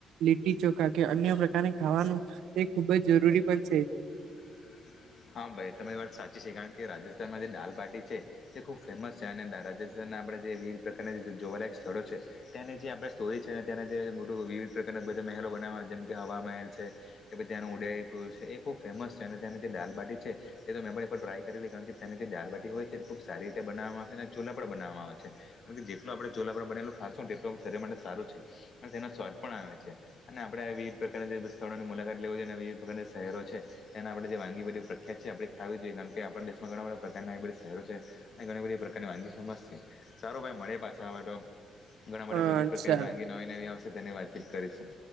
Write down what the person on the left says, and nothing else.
<inaudible> હા, ભાઈ તમે એ વાત સાચી છે કારણ કે રાજસ્થાનમાં જે દાલબાટી છે, તે ખુબ ફેમસ છે. અને રાજસ્થાન આપ જે વિવિધ પ્રના જોવાલાયક સ્થળો છે, તેને જે આપ સ્ટોરી છે અનેના બ વિવિધ પ્રકારના મહેલો બનાવા જેમ કે હવા મહેલ છે, કે ત્યાંનો ઉદેયપુર છે, એ ખુબ ફેમસ છે. અને્યાને જે ડ છે, તે તો મેં પણ એકર ટ્રાય કરી લ કારણ કે તની જે દાલબાટી હોય છે, તે ખુબ સારી રીતે બનાવામા ચુલા પણ બનાવામાં આવે છે. એમાથી જેટ ટલું આપડે ચુલા પર બનેલું ખાશુ ન તેટલુ શરીર માટે સારું છે. અને તેનો સ્વાદ પણ આવે છે. અને આપડે પ્રકારની જે બી સ્થળોની મુલાકાત લેવી અને વિવિધ પ્રકારની શહેરો છે. એના આપડે જે વાગી બધી પ્રખ્યાત છે. આપડે ખાવી જોઈએ કારણ કે આપડા દેશમાં ઘણા બધા પ્રકારના એ બધા શહેરો છે. અને ઘણી બધી પ્રકારની વાનગી સ મસ્ત છે. સારુ ભાઈ મળે પાછા, આવે તો ઘણા
બધા વિવિધ પ્રકારની
વાનગી, નવી-નવી આવશે તેની વાતચીત કરીશું